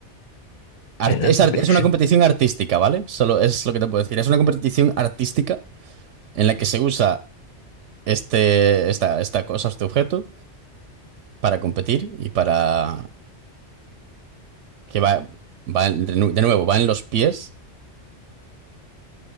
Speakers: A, on the right; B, on the left.
A: Arte-
B: hay una
A: es,
B: competición.
A: ar- es una competición artística, ¿vale? Solo es lo que te puedo decir. Es una competición artística en la que se usa este, esta, esta cosa, este objeto, para competir y para que va, va en- de nu- de nuevo, va en los pies.